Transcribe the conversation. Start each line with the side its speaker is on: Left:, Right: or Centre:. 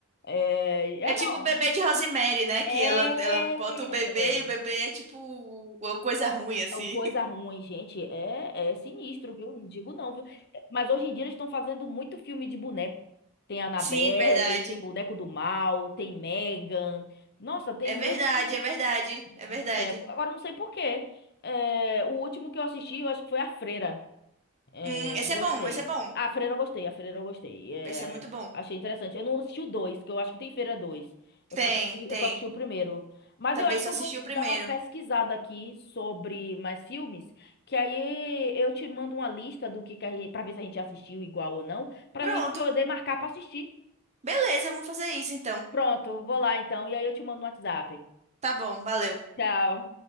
Left: É,
Right: É
Left: ah,
Right: tipo
Left: não.
Right: o bebê de Rosemary, né? Que
Left: É.
Right: ela, ela bota o bebê e o bebê é tipo uma coisa ruim, assim.
Left: O coisa ruim, gente, é, é sinistro, viu? Não digo não, viu? Mas hoje em dia eles estão fazendo muito filme de boneco. Tem Annabelle,
Right: <laughs> Sim, verdade.
Left: tem Boneco do Mal, tem Megan. Nossa, tem
Right: É
Left: muito
Right: verdade, é verdade,
Left: de
Right: é verdade.
Left: boneco. Agora, eu não sei por quê. É, o último que eu assisti, eu acho que foi A Freira. É,
Right: Hum, esse
Left: gostei.
Right: é bom, esse é bom.
Left: Ah, A Freira eu gostei, a Freira eu gostei. É,
Right: Esse é muito bom.
Left: achei interessante. Eu não assisti o dois, que eu acho que tem Freira dois. Eu
Right: Tem,
Left: só assisti,
Right: tem.
Left: eu só assisti o primeiro. Mas
Right: Também
Left: eu acho
Right: só
Left: que eu
Right: assisti
Left: vou
Right: o primeiro.
Left: dar uma pesquisada aqui sobre mais filmes, que aí eu te mando uma lista do que, que a gente, pra ver se a gente assistiu igual ou não, pra
Right: Pronto.
Left: gente poder marcar pra assistir.
Right: Beleza, vamos fazer isso então.
Left: Pronto, vou lá então, e aí eu te mando no WhatsApp.
Right: Tá bom, valeu.
Left: Tchau.